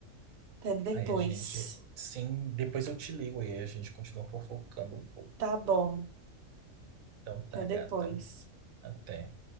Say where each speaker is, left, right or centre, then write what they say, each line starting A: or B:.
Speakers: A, on the right (about 50°); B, on the right (about 80°).
A: Até depois.
B: Aí a gente. Sim, depois eu te ligo e aí a gente continua fofocando um pouco.
A: Tá bom,
B: Então tá,
A: até
B: gata.
A: depois.
B: Até.